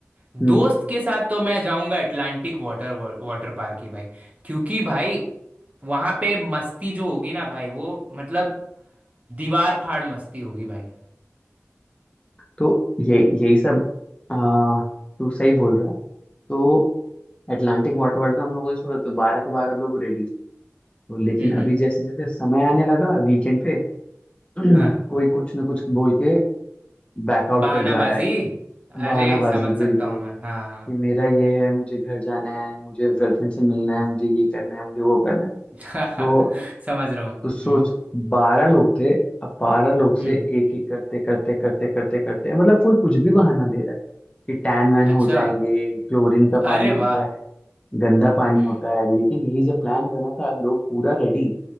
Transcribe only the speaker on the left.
हम्म।
तो ये यही सब आ, तू सही बोल रहा है तो अटलांटिक वाटर वर्ल्ड का हम लोगों ने सोचा तो बारह के बारह लोग रेडी तो लेकिन
अभी
जैसे जैसे समय आने लगा वीकेंड पे <clears throat> कोई
कुछ ना कुछ बोल के बैकआउट
कर जा रहा है बहानाबाजी
बिल्कुल
कि मेरा ये है मुझे घर जाना है मुझे गर्लफ्रेंड से मिलना है मुझे ये करना है मुझे वो करना है
तो
तो सोच
बारह लोग थे अब बारह लोग से
एक एक करते करते करते करते करते मतलब कोई कुछ भी बहाना दे रहा है कि टैन वैन
हो जाएंगे क्लोरीन का
पानी होता
है गंदा पानी
होता है लेकिन यही जब प्लान बना था लोग पूरा रेडी